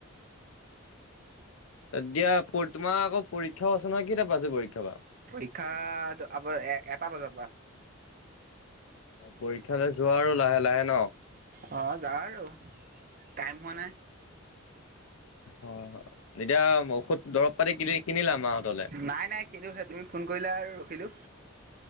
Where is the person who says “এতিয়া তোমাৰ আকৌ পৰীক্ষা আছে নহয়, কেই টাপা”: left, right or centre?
Left